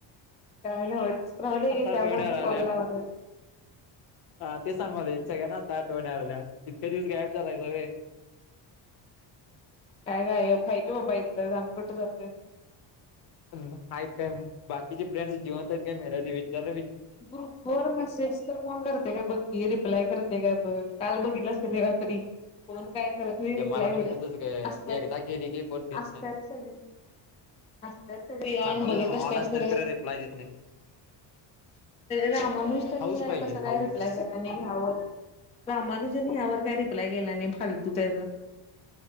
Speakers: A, on the left; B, on the left.
A: काय नव्हच, राहुदे घे,
B: आठवण
A: त्यामुळे
B: यायला
A: तर
B: लागल्या
A: कॉल लावलं.
B: हा ते सांगालोय, सगळ्याच ना आता आठवण याय लागल्या इतक्या दिवस गायब झाला सा होय.
A: काय गायब, हाय की बाबा इथंच आम्ही कुठं जातोय.
B: आहेत काय म, बाकीचे फ्रेंड्स जिवंत हायत का मेलीत विचार
A: ग्रुप वर मेसेज तर कोण करतय, काय बक्की रिप्लाय करते काय बघ. काल बघितलास क नाय रात्री, कोण काय करत नाही
B: ते मला
A: रिप्लाय
B: माहित
A: एवढं,
B: होतंच ग
A: असतत
B: एकदा गेली की कोण घेत
A: असतत
B: नाही
A: सगळी. असतात सगळी
B: सांगालोय
A: ऑन बघत
B: नव्ह
A: असतात
B: ऑन असत्यात
A: खरं
B: रिप्लाय देत नाहीत
A: रामानुज त्यांनी
B: हाऊस पाहिजे
A: कसा काय
B: हाऊस
A: रिप्लाय केला नाही या वर, रामानुजवर काय रिप्लाय गेला नाही, फालतू त्याच.